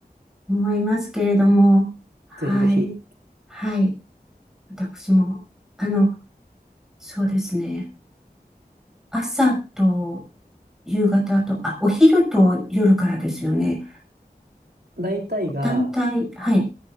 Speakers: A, in the centre; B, on the right.
A: 思いますけれども、はい、
B: ぜひぜひ。
A: はい。私も、あの、そうですね。朝と夕方と、あ、お昼と夜からですよね。
B: 大体が、
A: 団体、はい、